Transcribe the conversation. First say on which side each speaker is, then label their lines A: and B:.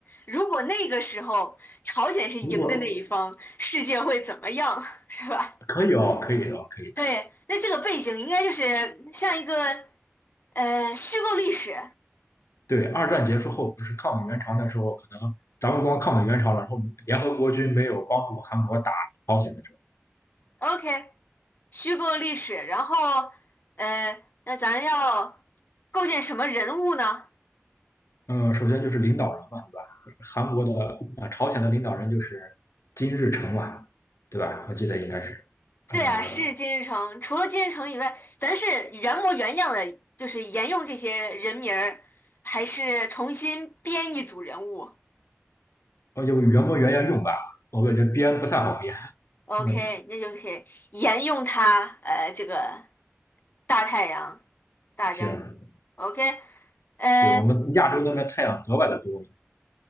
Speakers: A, on the left; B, on the left.
A: 如果那个时候朝鲜是赢的那一方，
B: 如果
A: 世界会怎么样，<laughs> 是吧？
B: 可以哦，可以哦，可以的。
A: 对，那这个背景应该就是像一个呃虚构历史。
B: 对，二战结束后不是抗美援朝那时候，可能咱们光抗美援朝了，然后联合国军没有帮助韩国打朝鲜的时候。
A: OK，虚构历史，然后，呃，那咱要构建什么人物呢？
B: 呃，首先就是领导人嘛，对吧？韩国的啊、朝鲜的领导人就是金日成嘛，对吧？我记得应该是，呃，
A: 对啊，是金日成。除了金日成以外，咱是原模原样的，就是沿用这些人名儿，还是重新编一组人物
B: 哦，就原模原样用吧，我感觉编不太好编。<laughs>
A: ？OK，
B: 嗯，
A: 那就是沿用他，呃，这个大太阳大将军。
B: 行，
A: OK，呃。
B: 对我们亚洲那边太阳格外的多。